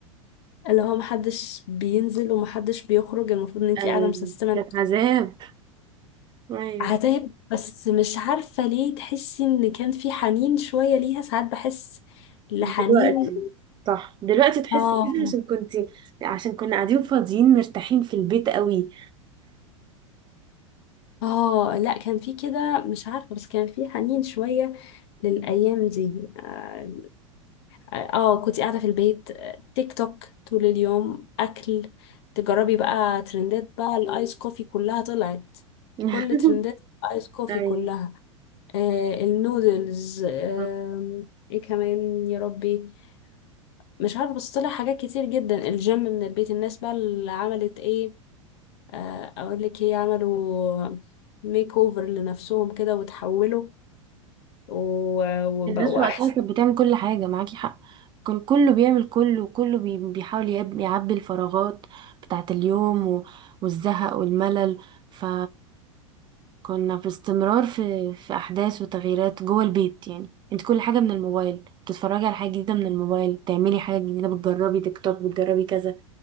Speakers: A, on the left; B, on the right.
A: اللي هو محدش بينزل ومحدش بيخرج المفروض ان انتي
B: أيوة،
A: قاعدة مسيستمة
B: كانت عذاب ايوه
A: عذاب بس مش عارفة ليه تحسي ان كان في حنين شوية ليها ساعات بحس لحنين
B: دلوقتي صح دلوقتي تحسي
A: اه
B: كده عشان كنت عشان كنا قاعدين فاضيين مرتاحين في البيت قوي
A: اه لا كان في كده مش عارفة بس كان في حنين شوية للأيام دي اه آه، كنت قاعدة في البيت آه، تيك توك طول اليوم أكل تجربي بقى ترندات بقى الآيس كوفي كلها طلعت
B: <laughs>
A: كل ترندات الآيس كوفي
B: ايوه
A: كلها آه النودلز آه
B: صح.
A: ايه كمان يا ربي مش عارفه بس طلع حاجات كتير جدا الجيم من البيت الناس بقى اللي عملت ايه آه، اقول لك ايه عملوا ميك اوفر لنفسهم كده وتحولوا و- وبقوا
B: مفيش الناس أوي.
A: احسن
B: وقتها كانت بتعمل كل حاجة معاكي حق كان كله بيعمل كله وكله بي- بيحاول يعب- يعبي الفراغات بتاعة اليوم و- والزهق والملل ف كنا في استمرار في في أحداث وتغييرات جوه البيت يعني انت كل حاجة من الموبايل بتتفرجي على حاجة جديدة من الموبايل بتعملي حاجة جديدة بتجربي تيك توك بتجربي كذا